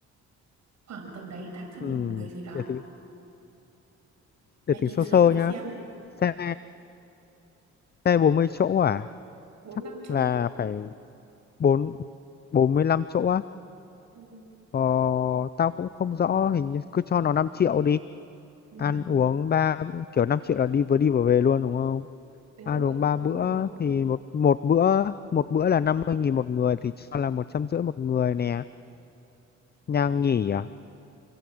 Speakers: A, on the right; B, on the left.
A: khoảng tầm đấy tám trăm
B: ừ,
A: nghìn một người gì đó.
B: để tính
A: Mày
B: để tính
A: tính
B: sơ
A: sơ
B: sơ
A: thử
B: nhá
A: xem,
B: xe xe 40 chỗ à
A: bốn
B: chắc
A: năm chỗ.
B: là phải bốn bốn mươi lăm chỗ
A: Ừ.
B: Ờ, tao cũng không rõ hình như cứ cho nó 5 triệu đi
A: ừ,
B: ăn uống ba bữa- kiểu 5 triệu là đi vừa đi vừa về luôn đúng không
A: đúng
B: ăn
A: rồi,
B: uống ba
A: khứ
B: bữa
A: hồi
B: thì một một bữa một bữa là năm mươi nghìn một người thì cho là một trăm rưỡi một người nè nhà nghỉ à